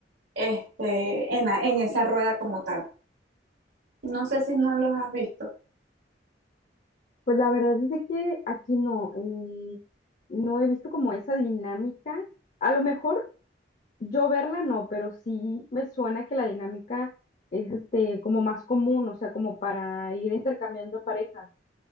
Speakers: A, on the right (about 85°); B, on the left (about 45°).
A: este, en, la- en esa rueda como tal. No sé si no los has visto.
B: Pues la verdad es de que aquí no, eh, no he visto como esa dinámica. A lo mejor yo verla no, pero sí me suena que la dinámica es este como más común, o sea, como para ir intercambiando parejas.